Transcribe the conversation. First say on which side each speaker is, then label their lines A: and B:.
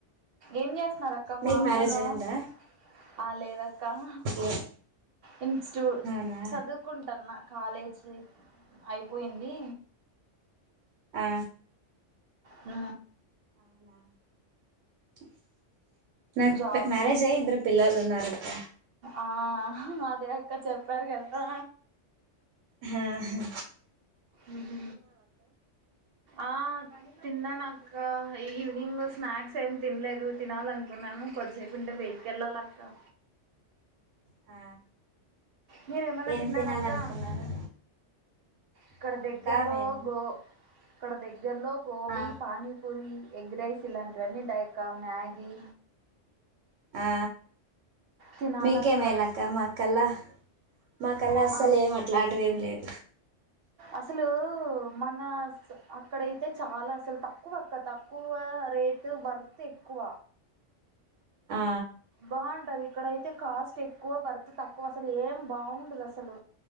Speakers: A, on the right; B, on the right.
A: ఏం చేస్తున్నారక్క మా
B: మీకు
A: <unintelligible>
B: మ్యారేజ్ అయిందా ఏ
A: ఇన్స్ టూ
B: అవునా
A: చదువుకుంటన్న కాలేజీ అయిపోయింది
B: ఆ
A: ఆ
B: అవునా <unintelligible>
A: జాబ్
B: మ్యారేజ్ అయి ఇద్దరు పిల్లలున్నారక్క
A: ఆ అదే అక్క చెప్పారు కదా
B: హా హా
A: ఉ హు ఆ తిన్నా నక్క ఈవినింగ్ స్నాక్స్ ఏమి తిన్లేదు తినాలనుకున్నాను కొద్ది సేపు ఉంటే బయటికి ఎళ్ళాలక్క
B: ఆ
A: మీరేమన్న
B: ఏం
A: తిన్నరక్క
B: తినాలనుకున్నారు
A: ఇక్కడ
B: ఆ
A: దగ్గరల్లో
B: అక్క మేమ్
A: గో ఇక్కడ దగ్గరల్లో గోబీ
B: ఆ
A: పానీపూరి ఎగ్ రైస్ ఇలాంటివన్నీ వుంటాయి అక్క మ్యాగీ
B: ఆ
A: తినాలక్క
B: మీకేమేలక్క
A: అస్-
B: మా కల్ల మాకల్ల అస్సలు
A: ఆ,
B: ఏం అట్లటి ఎం లేవు
A: అసలూ మన స అక్కడైతే చాలా అసలు తక్కువక్క తక్కువా రే ఏటు వర్త్ ఎక్కువ
B: ఆ
A: బావుంటది ఇక్కడైతే కాస్ట్ ఎక్కువ వర్త్ తక్కువ అసలు ఏం బావుండదు అసలు